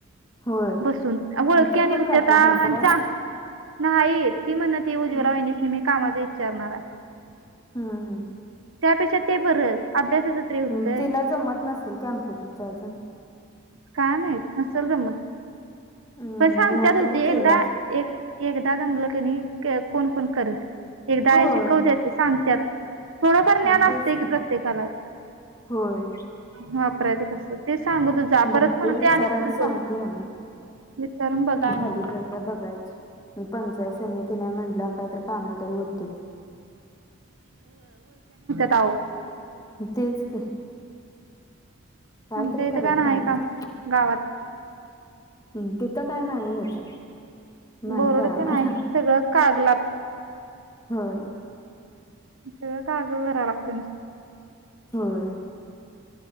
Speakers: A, on the left (about 20°); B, on the right (about 85°).
A: होय
B: <inaudible> बसून वळख्या
A: मग ती
B: न
A: पण
B: होत्याताच्या
A: जाते हार करायला
B: नाही येेत ती म्हण ती उजवरा
A: मग
B: होहिणेस नेहमी कामाचा इच्चारणार
A: हम् हम्
B: त्यापेक्षा ते बरं अभ्यासाच त होतय
A: हम्म तिला जमत नसेल कॅम्प्युटरच अजून
B: काय माहत न <inaudible> च गमत
A: हम्म
B: पण सांगतत
A: नाहीतर
B: होती
A: मग केला
B: एकदा
A: अस
B: एक एकदा जमलं क नाही. कोणण एकदा
A: होय
B: शिकवत ते सांगतात. थोडंफार ज्ञान
A: मग तेच
B: असते की प्रत्येकाला,
A: होय.
B: वापरायचं कस ते सांगू तू जा
A: बघते
B: परत म्हणते
A: विचारायला
B: आणि म्हणतो.
A: सांगते यांना
B: विचारून बघा
A: झाली
B: आणि
A: तर का बघायच पंचायत समिती तिला म्हटल्यावर काहीतरी काम तरी होतील.
B: जाऊ.
A: तेच की. कायतरी
B: आमच्या इथं
A: करत
B: काय नाही
A: राहाचं.
B: काम गावात
A: हम् तिथं काय नाही ह्याच्यात. माहित
B: बोरड
A: आहे आम्हाला
B: ते नाही सगळं कागलात
A: होय.
B: हीत कागल ला राहायला असतो मी.
A: होय.